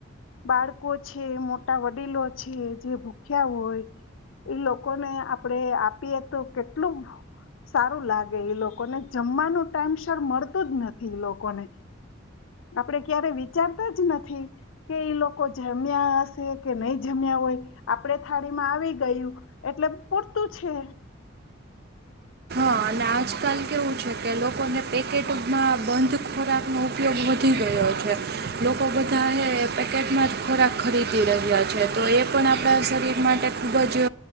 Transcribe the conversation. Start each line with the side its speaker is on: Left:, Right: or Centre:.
Left: બાળકો છે મોટા વડીલો છે જે ્યા હોય ઈ લોકોને આપડણે આપીએ તો કેટલું સારું લાગે લોકોને જમવાનું ટાઈમસર મળતું જ નથી લોકોને આપડે ક્યારે વિચારતા જ નથી કે ઈ લોકો જમ્યા હશે કે નહી જમ્યા હોય આપડે થાળી માં આવી ગયું એટલે પૂરતું છે
Right: હા અને આજકાલ કેવું છે કે લોકોને પેકેટમાં બંધ ખોરાકનો ઉપયોગ વધી ગયો છે લોકો બધા પેકેટમાં જ ખોરાક ખરીદી રહ્યા છે તો એ પણ આપણા શરીર માટે ખૂબ જ